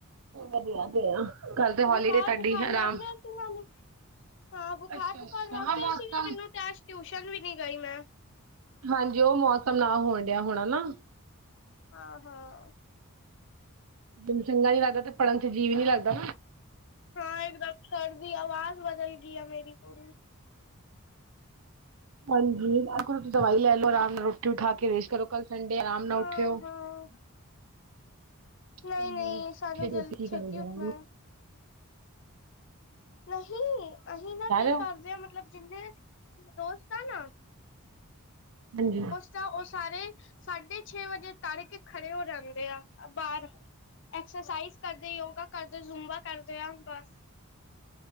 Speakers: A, on the right (about 75°); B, on the left (about 55°).
A: ਵਧੀਆ ਵਧੀਆ ਕੱਲ ਤੇ ਹੋਲੀਡੇ
B: ਬੁਖਾਰ-ਬੁਖਾਰ
A: ਤੁਹਾਡੀ
B: ਲੱਗ
A: ਆਰਾਮ
B: ਰਿਹਾ ਸੀ ਮੈਨੂੰ ਹਾਂ ਬੁਖਾਰ-ਬੁਖਾਰ
A: ਅੱਛਾ ਅੱਛਾ
B: ਲਗ
A: ਹਾਂ ਮੌਸਮ
B: ਸੀਗਾ ਮੈਨੂੰ ਤੇ ਆਜ ਟਿਊਸ਼ਨ ਵੀ ਨੀ ਗਈ ਮੈਂ
A: ਹਾਂਜੀ ਉਹ ਮੌਸਮ ਨਾ ਹੋਣ ਡਿਆ ਹੋਣਾ ਨਾ
B: ਹਾਂ ਹਾਂ
A: ਮਨ ਚਂਗਾ ਨੀ ਲੱਗਦਾ ਤੇ ਪੜ੍ਹਨ ਤੇ ਜੀਵ ਨੀ ਲੱਗਦਾ
B: ਹਾਂ ਇੱਕਦਮ ਖੜ ਦੀ ਆਵਾਜ਼ ਬਦਲ ਗਈ ਆ ਮੇਰੀ ਪੂਰੀ
A: ਹਾਂਜੀ ਆਖੋਸੀਂ ਦਵਾਈ ਲੈ ਲਓ ਆਰਾਮ ਨਾਲ ਰੋਟੀ ਉਠਾ ਕੇ ਰੇਸ਼ ਕਰੋ ਕੱਲ ਸੰਡੇ ਆਰਾਮ ਨਾਲ
B: ਹਾਂ-ਹਾਂ,
A: ਉੱਠਿਓ
B: ਨਹੀਂ-ਨਹੀਂ
A: ਹ
B: ਸਾਨੂੰ
A: ਫੇ
B: ਜਲ
A: ਉਤੀ ਕੀ
B: ਛੇਤੀ
A: ਕਰ ਜਾ
B: ਉੱਠਣਾ ਹੈ। ਨਹੀਂ ਅਸੀਂ ਨਾ ਕੀ
A: ਹੋ
B: ਕਰਦੇ ਹ ਮਤਲਬ ਜਿੰਨੇ ਦੋਸਤ ਆ ਨਾ
A: ਹਾਂਜੀ
B: ਤਾਂ ਉਹ ਸਾਰੇ ਸਾਢੇ ਛੇ ਵਜੇ ਤੜ ਕੇ ਖੜੇ ਹੋ ਜਾਂਦੇ ਆ ਬਾਹਰ ਐਕਸਰਸਾਈਜ਼ ਕਰਦੇ ਯੋਗਾ ਕਰਦੇ ਜ਼ੁਮਬਾ ਕਰਦੇ ਆ ਬਸ